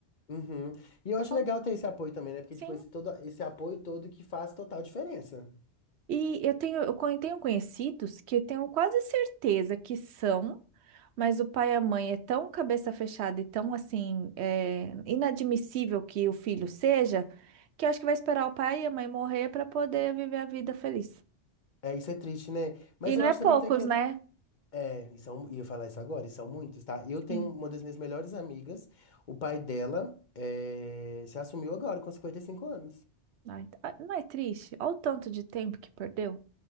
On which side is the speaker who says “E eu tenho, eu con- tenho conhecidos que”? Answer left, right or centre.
Right